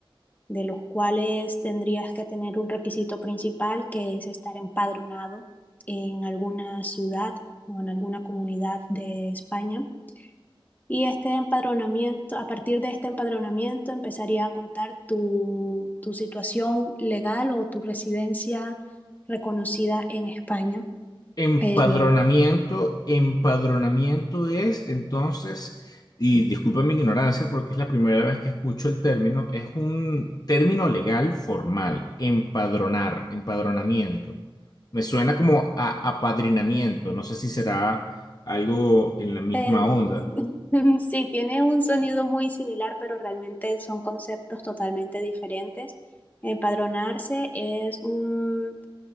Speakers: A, on the left; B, on the left.
A: de los cuales tendrías que tener un requisito principal que es estar empadronado en alguna ciudad o en alguna comunidad de España. Y este empadronamiento, a partir de este empadronamiento empezaría a contar tu, tu situación legal o tu residencia reconocida en España.
B: Empadronamiento,
A: Eh,
B: empadronamiento es entonces, y disculpen mi ignorancia porque es la primera vez que escucho el término, es un término legal formal, empadronar, empadronamiento. Me suena como a apadrinamiento, no sé si será algo en la misma
A: eh,
B: onda.
A: <laughs> sí, tiene un sonido muy similar, pero realmente son conceptos totalmente diferentes. Empadronarse es un